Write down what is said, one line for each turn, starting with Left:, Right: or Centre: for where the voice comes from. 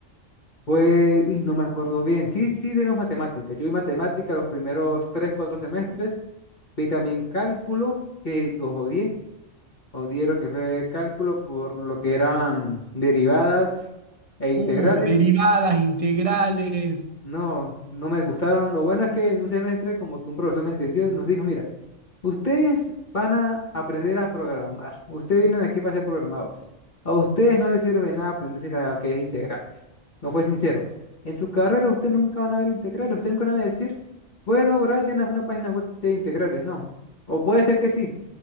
Left: Pues, uy, no me acuerdo bien. Sí, sí, tenemos matemáticas. Yo vi matemática los primeros tres, cuatro semestres. Vi también cálculo, que los odié. Odié lo que fue cálculo por lo que eran derivadas e integrales.
Right: Uh, derivadas, integrales.
Left: No, no me gustaron. Lo bueno es que en un semestre como que un profesor me entendió y nos dijo, mira, ustedes van a aprender a programar. Ustedes vienen aquí para ser programadores. A ustedes no les sirve nada aprenderse lo que es integrales. No fue sincero. En su carrera ustedes nunca van a ver integrales. Ustedes nunca van a decir, bueno, Brian, es una página web de integrales. No. O puede ser que sí,